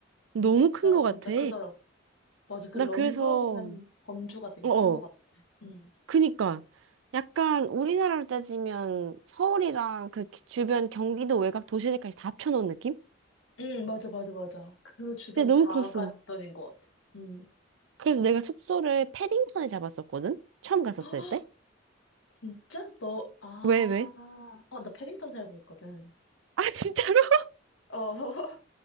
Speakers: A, on the right; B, on the left.
A: 너무
B: 진짜
A: 큰 거
B: 진짜
A: 같아.
B: 크더라. 맞아 그
A: 나
B: 런던이라는
A: 그래서,
B: 범주가 되게
A: 어어,
B: 큰 것 같아. 응,
A: 그니까. 약간 우리나라로 따지면 서울이랑 그렇게 주변 경기도 외곽 도시들까지 다 합쳐놓은 느낌?
B: 응 맞아 맞아 맞아. 그 주변
A: 진짜 너무
B: 다가
A: 컸어.
B: 런던인 것 같아. 응.
A: 그래서 내가 숙소를 패딩턴에 잡았었거든? 처음 갔었을
B: <gasps> 아
A: 때?
B: 진짜 너 아,
A: 왜, 왜?
B: 아 나 패딩턴 살고 있거든.
A: 아, 진짜로? <laughs>
B: 어. <laughs>